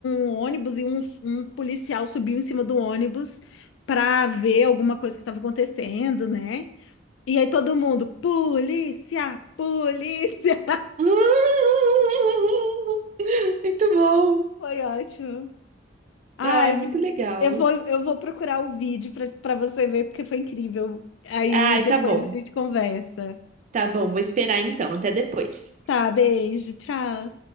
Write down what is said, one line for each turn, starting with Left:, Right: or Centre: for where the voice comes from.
Left: um ônibus e um, um policial subiu em cima do ônibus para ver alguma coisa que estava acontecendo, né? E aí todo mundo, polícia, polícia.
Right: Hum, <laughs> Muito bom.
Left: <laughs> Foi ótimo. Ai,
Right: Ai, muito legal.
Left: eu vou, eu vou procurar o vídeo para para você ver, porque foi incrível. Aí
Right: Ai,
Left: depois
Right: tá bom.
Left: a gente conversa.
Right: Tá bom, vou esperar então. Até depois.
Left: Tá, beijo, tchau.